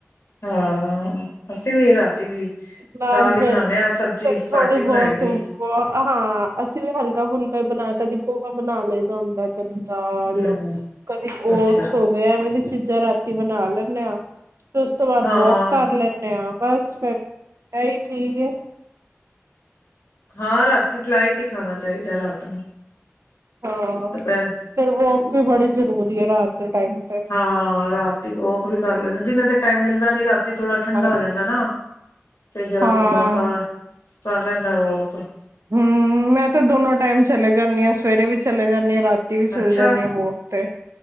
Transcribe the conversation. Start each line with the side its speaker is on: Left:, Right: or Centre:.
Left: ਹਾਂ। ਅਸੀਂ ਵੀ ਰਾਤੀ
Right: ਨਾਲ
Left: ਦਾਲ ਹੀ
Right: ਫੇਰ,
Left: ਬਣਾਨੇ ਆ ਸਬਜ਼ੀ
Right: ਫੇਰ ਥੋੜੀ
Left: ਘੱਟ
Right: ਬਹੁਤ
Left: ਹੀ ਬਣਾਈ ਦੀ।
Right: <unintelligible> ਹਾਂ, ਅਸੀਂ ਵੀ ਹਲਕਾ ਫੁਲਕਾ ਬਣਾ ਕਦੀ ਪੋਹਾ ਬਣਾ ਲਈਦਾ ਹੁੰਦਾ ਕਦੀ ਦਾਲ
Left: ਹੂੰ,
Right: ਕਦੀ ਓਟਸ
Left: ਅੱਛਾ
Right: ਹੋ ਗਏ ਐਵੇਂ ਦੀ ਚੀਜ਼ਾਂ ਰਾਤੀ ਬਣਾ ਲੈਂਨੈ ਹਾਂ। ਫਿਰ ਉਸ ਤੋਂ ਬਾਅਦ
Left: ਹਾਂ
Right: ਵੋਕ ਕਰ ਲੈਂਨੇ ਆਂ। ਬਸ ਫਿਰ ਇਹੀ ਠੀਕ ਹੈ।
Left: ਹਾਂ ਰਾਤੀ ਤੇ ਲਾਈਟ ਹੀ ਖਾਣਾ ਚਾਹੀਦਾ ਰਾਤ ਨੂੰ।
Right: ਹਾਂ,
Left: ਦੁਪਹਿਰ
Right: ਫੇਰ ਵੋਕ ਵੀ ਬੜੀ ਜ਼ਰੂਰੀ ਏ। ਰਾਤ ਦੇ ਟਾਈਮ ਤੇ
Left: ਹਾਂ ਅ ਰਾਤੀ ਵਾਕ ਵੀ ਕਰ ਲੈਦੇ ਦਿਨਾਂ ਤੇ ਟਾਈਮ ਮਿਲਦ ਦਾਂ ਨੀ ਰਾ ਥੋੜ੍ਹਾ ਠੰਡਾ
Right: ਹਾਂਜੀ
Left: ਹੋ ਜਾਂਦਾ ਨਾ, ਤੇ ਜਿਹੜਾ
Right: ਹਾਂ
Left: ਬੰਦਾ ਕਰ ਕਰ ਲੈਂਦਾ ਵਾਕ। <unintelligible>
Right: ਹਮ ਮੈਂ ਤੇ ਦੋਨੋ ਟਾਈਮ ਚਲੇ ਜਾਂਨੀ ਆ ਸਵੇਰੇ ਵੀ ਚਲੇ ਜਾਂਨੀ ਐ ਰਾ ਤੀ ਵੀ ਚੱਲ
Left: ਅੱਛਾ
Right: ਜਾਂਨੀ ਆ ਵੋਕ ਤੇ,